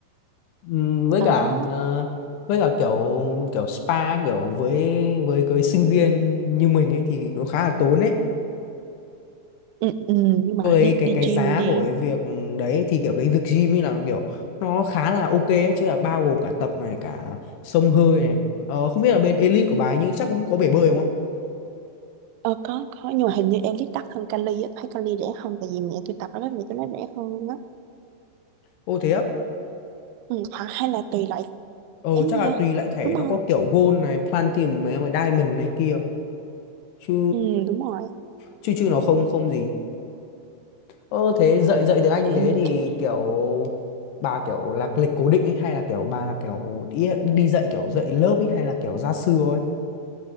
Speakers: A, on the left; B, on the right.
A: Ừm, với
B: đó
A: cả ờ, với cả kiểu kiểu spa kiểu với với cái sinh viên như mình ấy thì cũng khá là tốn ấy
B: ừ, ừ, nhưng mà
A: tôi thấy
B: đi
A: cái
B: đi
A: cái
B: gym
A: giá
B: đi
A: của cái việc ừ, đấy thì kiểu cái việc gym ấy là nó kiểu nó khá là ok ấy, chứ là bao gồm cả tập này cả xông hơi này ờ, không biết là bên Elite của bà ấy nhưng chắc cũng có bể bơi đúng không
B: Ờ có có nhưng mà hình như em đắt hơn Cali á, thấy Cali rẻ hơn tại vì mẹ tôi tập ở đó mẹ tôi nói rẻ hơn luôn á.
A: ô thế á
B: Ừ, hoặc hay là tùy loại
A: ờ
B: giá nha.
A: chắc là tùy lại thẻ
B: Đúng
A: nó
B: không?
A: có kiểu Gold này Platinum này Diamond này kia chứ
B: Ừ đúng rồi.
A: chứ chứ nó không không gì ờ thế dạy dạy tiếng Anh như
B: Ừ,
A: thế thì
B: kiểu
A: kiểu bà kiểu là lịch cố định ấy hay là kiểu bà là kiểu đi, đi dạy kiểu dạy lớp ấy hay là kiểu gia sư thôi